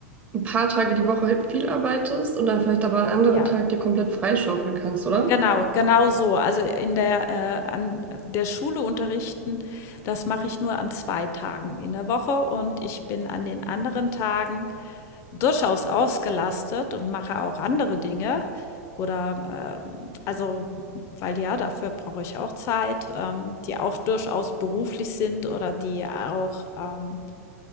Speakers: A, on the right; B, on the left.
A: ein paar Tage die Woche halt viel arbeitest und dann vielleicht aber an anderen
B: Ja,
A: Tag dir komplett freischaufeln kannst, oder?
B: genau, genau so. Also in der, äh, an der Schule unterrichten, das mache ich nur an zwei Tagen in der Woche und ich bin an den anderen Tagen durchaus ausgelastet und mache auch andere Dinge. Oder ähm, also, weil ja, dafür brauche ich auch Zeit, ähm, die auch durchaus beruflich sind oder die auch ähm,